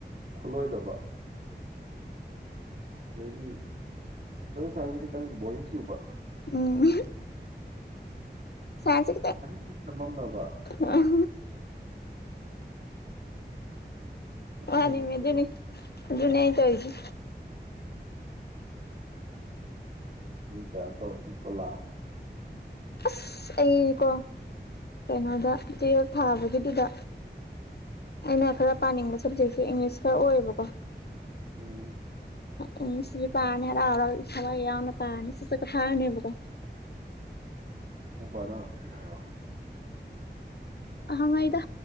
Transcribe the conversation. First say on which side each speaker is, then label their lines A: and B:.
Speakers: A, on the right; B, on the left.
A: ꯈꯨꯠꯂꯣꯏꯗꯕ ꯑꯗꯒꯤ ꯁꯣꯁꯦꯜ ꯁꯥꯏꯟꯁꯁꯨ ꯕꯣꯔꯤꯡ ꯆꯨꯕ
B: ꯎꯝ ꯁꯥꯏꯟꯁꯁꯦ
A: ꯈꯤꯇꯪ ꯆꯃꯝꯅꯕ
B: ꯈꯤꯇꯪ
A: ꯀꯃꯥꯏꯅꯗꯕꯗꯣ
B: ꯋꯥꯠꯂꯤꯃꯦ ꯑꯗꯨꯅꯤ
A: <inaudible>
B: ꯑꯗꯨꯅꯦ ꯑꯩ ꯇꯧꯔꯤꯁꯦ
A: ꯎꯝ ꯆ ꯆꯄ ꯀꯂꯦ ꯋꯥ
B: ꯑꯁ ꯑꯩꯀꯣ ꯀꯩꯅꯣꯗ ꯇꯨꯌꯦꯜꯐ ꯊꯥꯕꯒꯤꯗꯨꯗ ꯑꯩꯅ ꯈꯔ ꯄꯥꯅꯤꯡꯕ ꯁꯕꯖꯦꯛꯁꯦ ꯏꯪꯂꯤꯁ ꯈꯔ ꯑꯣꯏꯌꯦꯕꯀꯣ
A: ꯎꯝ
B: ꯑꯗꯨ ꯁꯤꯔꯤ ꯄꯥꯔꯅꯦꯔꯔ ꯏ ꯌꯥꯅ ꯄꯥꯅꯤ ꯁꯤ ꯆ ꯀ ꯐꯥꯅꯦꯕꯀꯣ
A: ꯎ ꯐꯗ ꯀꯣ
B: ꯑꯍꯪꯉꯥꯏꯗ